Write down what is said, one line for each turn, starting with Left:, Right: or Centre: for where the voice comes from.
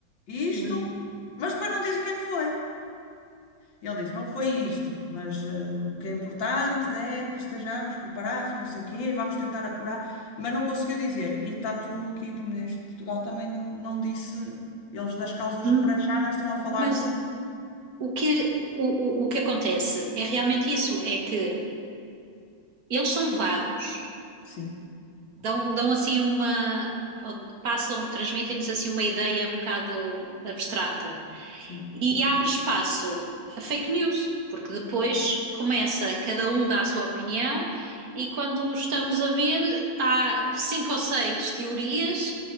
Left: isto,
Right: N-
Left: mas depois não diz o que é que foi. E ele diz, não foi isto, mas eh, o que é importante é que estejamos preparados, não sei o quê, e vamos tentar apurar, mas não conseguiu dizer. E tanto aqui o Primeiro-Ministro de Portugal também não, não disse, eles das causas
Right: n-
Left: de para já não estão a falar
Right: Mas
Left: muito.
Right: o que, o, o, o que acontece é realmente isso, é que Eles são vagos,
Left: Sim,
Right: dão, dão assim uma. ou Passam, transmitem-nos assim uma ideia um bocado abstrata.
Left: sim,
Right: E abre espaço a fake news, porque depois
Left: claro,
Right: começa, cada um dá a sua opinião, e quando estamos a ver, há cinco ou seis teorias